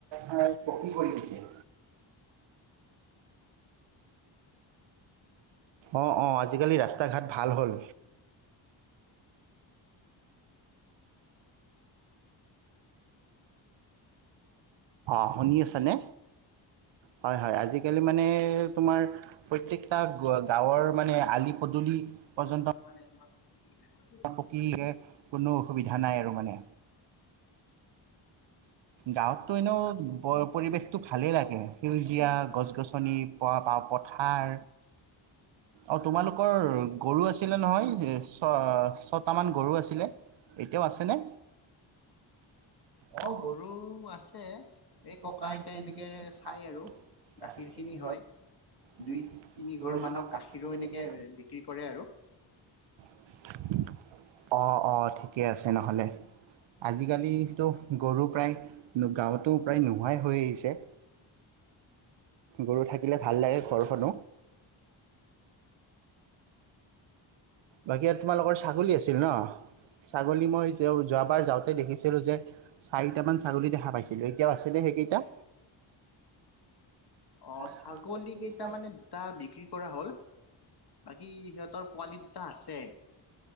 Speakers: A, on the right; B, on the left.
A: ভাই পকী কৰিম এতিয়া। অঁ - অঁ, আজিকালি ৰাস্তা-ঘাট ভাল হ'ল। অঁ
B: এতিয়া
A: শুনি আছা নে? হয় - হয়, আজিকালি মানে তোমাৰ প্ৰত্যেকটা গ- গাঁৱৰ মানে আলি-পদুলি
B: গাঁৱত
A: পৰ্যন্ত
B: মানে তোমাৰ কি হৈ গ'লতো
A: পকী কোনো অসুবিধা নাই আৰু মানে। গাঁৱতটো
B: গাঁৱত ধৰি
A: এনেও
B: লও
A: ব- পৰিৱেশতটো ভালেই লাগে। সেউজীয়া গছ গছনি, প- বা পথাৰ, অ' তোমালোকৰ গৰু আছিলে নহয়? ছ- ছটামান গৰু আছিলে, এতিয়াও আছেনে? অ'
B: গৰু আছে, এই
A: সপ্তাহ
B: ককা-আইতাই
A: এনেকে
B: এনেকৈ
A: চাইছিলো
B: চাই আৰু!
A: গাখীৰ
B: গাখীৰখিনি
A: খিনি
B: হয়।
A: দুই
B: দুই-তিনিঘৰমানক
A: তিনি ঘৰ মানত
B: গাখীৰ ৰো
A: তেনেকে
B: এনেকৈ এ- বিক্ৰী কৰে আৰু।
A: হু অ' - অ', ঠিকে আছে নহ'লে। আজিকালি তো গৰু প্ৰায় গাঁৱত টো প্ৰায় নোহোৱাই হৈ আহিছে। গৰু থাকিলে ভাল লাগে ঘৰখনো! বাকী আৰু তোমালোকৰ ছাগলী আছিল ন'? ছাগলী মই যেও- যোৱাবাৰ যাওঁতে দেখিছিলোঁ যে, চাৰিটামান ছাগলী দেখা পাইছিলোঁ। এতিয়াও আছেনে সেইকেইটা?
B: অ' ছাগলীকেইটা
A: ছাগলী কেইটা
B: মানে, দুটা বিক্ৰী কৰা হ'ল। বাকী সিহঁতৰ পোৱালি দুটা তে।